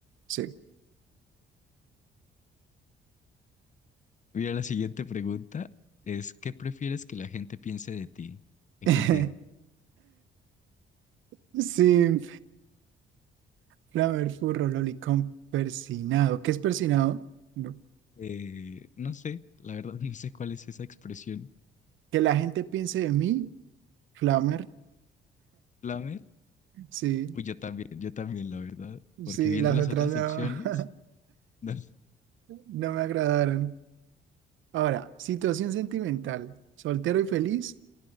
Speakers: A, on the right; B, on the left.
A: Sí.
B: Mira, la siguiente pregunta es, ¿qué prefieres que la gente piense de ti? XD.
A: <laughs> Sí, flamer, furro, lolicón, persinado. ¿Qué es persinado? No.
B: Eh, no sé, la verdad <laughs> no sé cuál es esa expresión.
A: Que la gente piense de mí, flamer.
B: ¿Flamer?
A: Sí,
B: Pues yo también, yo también, la verdad. Porque
A: sí,
B: viendo
A: las
B: las
A: otras
B: otras
A: no,
B: opciones, <laughs> no,
A: <laughs> no me agradaron. Ahora, situación sentimental. ¿Soltero y feliz?